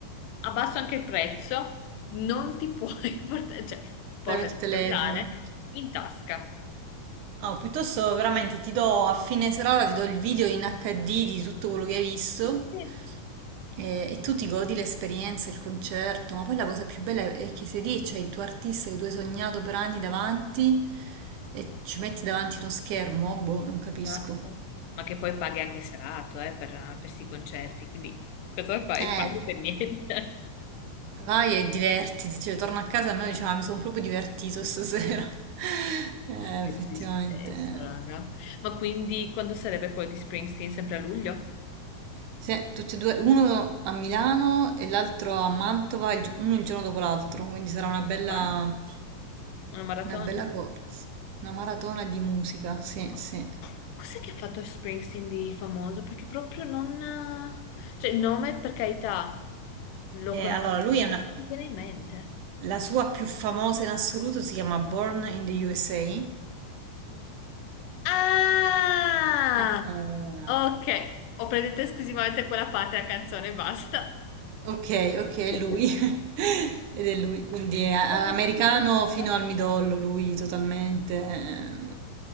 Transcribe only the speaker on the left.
abbasso anche il prezzo, non ti puoi <laughs> portare, cioè, portati
il cellulare in tasca.
Sì,
Esatto. Ma che poi paghi anche serato, eh, per, per questi concerti, quindi cosa fai?
Paghi per niente. <laughs>
Che
tristezza,
raga. Ma quindi quando sarebbe quello di Springsteen? Sempre a luglio?
Ma? Una maratona?
Ma-
Cos'è che ha fatto Springsteen di famoso? Perché proprio non... Cioè, il nome, per carità, lo
conosco,
ma
non mi viene in mente.
Ah!
Ok, ho presente esclusivamente quella parte della canzone e basta.
Pensavo
fosse
un chitarrista.